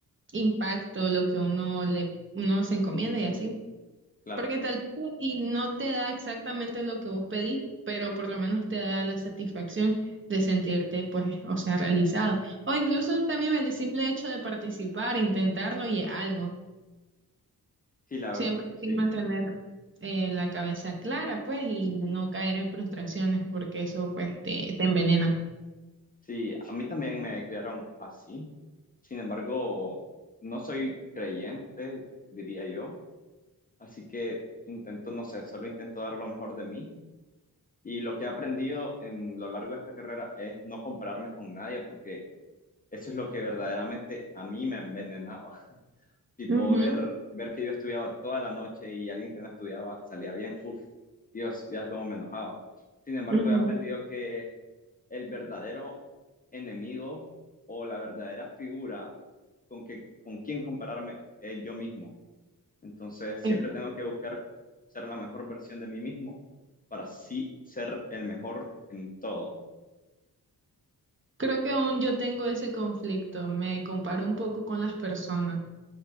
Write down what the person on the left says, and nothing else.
claro.
Sí, la
verdad es
que
sí.
Sí, a mí también me criaron así. Sin embargo, no soy creyente, diría yo. Así que intento, no sé, solo intento dar lo mejor de mí. Y lo que he aprendido en lo largo de esta carrera es no compararme con nadie, porque eso es lo que verdaderamente a mí me envenenaba. tipo
ver, ver que yo estudiaba toda la noche y alguien que no estudiaba salía bien, uff, Dios, Dios, cómo me enojaba. Sin embargo,
he aprendido que el verdadero enemigo o la verdadera figura con que, con quien compararme es yo mismo. Entonces, siempre
tengo que buscar ser la mejor versión de mí mismo para sí ser el mejor en todo.